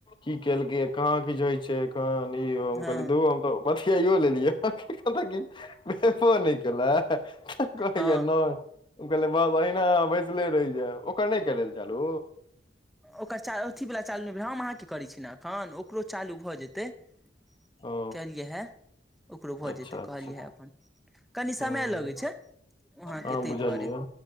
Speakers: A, on the left; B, in the centre.
A: की केलकै कहाँ किछ होय छै। क नि ओ
B: हँ
A: <unintelligible> बतियायौ लेलियै <unintelligible> भेबै नै केला तऽ कहै
B: हँ
A: यऽ नै। उ कहैले बाह एहना अहाँ बैसले रैह जाएब ओकर नै केले रहे चालू।
B: ओकर चा अथिवला चालू ने भेले हम अहाँ कऽ करै छी एखन ओकरो चालू भऽ जेतै। <inaudible>
A: ओ
B: कहिया ओकरो भऽ
A: अच्छा
B: जेतै
A: अच्छा
B: कहिया हऽ अपन। कनि
A: हूँ
B: समय लगै छै <inaudible> वहाँकेँ
A: हँ
B: तैय
A: बुझलियै
B: दुआरे।